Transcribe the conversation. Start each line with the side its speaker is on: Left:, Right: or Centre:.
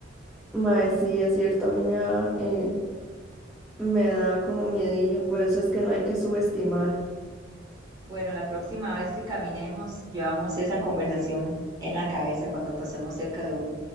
Centre: Mae, sí, es cierto, a mí me da, eh, me da como miedillo, por eso es que no hay que subestimar.
Right: Bueno, la próxima vez que caminemos, llevamos esa conversación en la cabeza cuando pasemos cerca de uno.